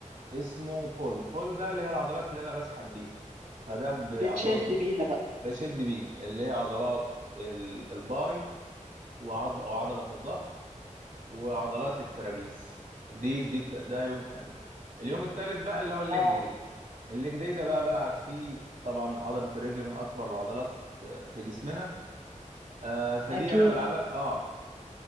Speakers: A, on the right; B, on the right.
A: اسمه بول بول ده اللي هي العضلات اللي أنا بسحب بيها فده بعضلات
B: بتشد
A: ال-
B: بيها بقى
A: بشد بيها اللي هي عضلات ال- الباي وعض أو عضلة الظهر وعضلات الترابيز دي دي ت- ده يوم تاني اليوم التالت بقى اللي هو الليج
B: اه
A: داي الليج داي ده بقى بلعب فيه طبعا عضلة الرجل من أكبر العضلات آه، في جسمنا آه، فدي
B: أكيد
A: أنا بلعبها اه